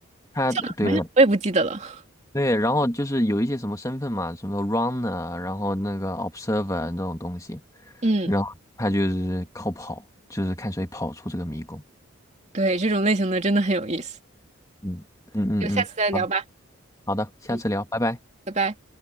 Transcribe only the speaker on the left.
它，
对了，
对，然后就是有一些什么身份嘛，什么 runner，啊然后那个 observer 这种东西，
然后他就是靠跑，就是看谁跑出这个迷宫。
嗯嗯嗯嗯，
好好的，下次聊，
拜拜。